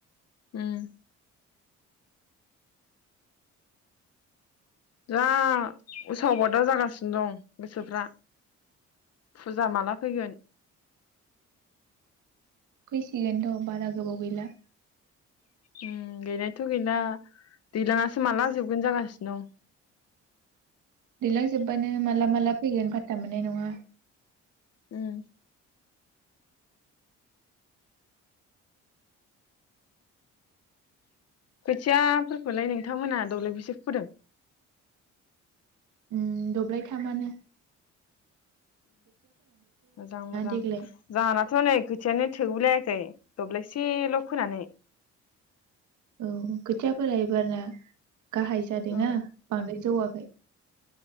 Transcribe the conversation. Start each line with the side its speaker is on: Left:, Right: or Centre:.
Left: उम। जा उसाव बादाव जागासिनो दं गोसोफ्रा फुजा माला फैगोन।
Right: फैसिगोन र' बारा गोबाव गैला।
Left: उम गैनायथ' गैला दैलाङासो माला जोबगोन जागासिनो दं।
Right: दैलां जोबानो माला माला। फैगोन फाता मोननाय नङा।
Left: उम खोथियाफोरखौलाय नोंथांमोनहा दब्लाय बैसे फोदों।
Right: उम दब्लाय थामानो।
Left: मोजां मोजां
Right: देग्लाय
Left: जोहानाथ' नै खोथियानो थोगुलायाखै। दब्लायसेल' फोनानै।
Right: औ खोथियाफोरा एबार ना। गाहाय जादोंना
Left: उम
Right: बांद्राय जौवा <inaudible>